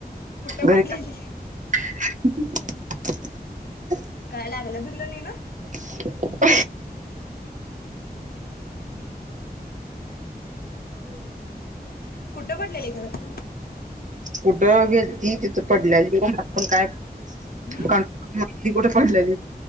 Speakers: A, on the left; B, on the right.
A: कुठं
B: घरी
A: पडलेली?
B: <inaudible> <inaudible>
A: काय लागलं बिगलं नाही ना?
B: <inaudible> <inaudible>
A: कुठं पडलेली खरं
B: कुठं गेलती तिथं पडल्याली <unintelligible>
A: हम्म
B: <unintelligible> कुठे पडल्याली?